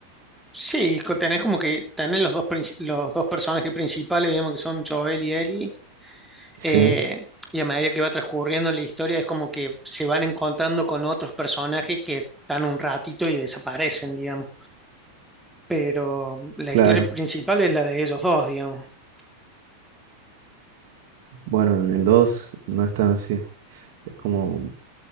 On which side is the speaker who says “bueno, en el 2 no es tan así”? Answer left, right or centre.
Right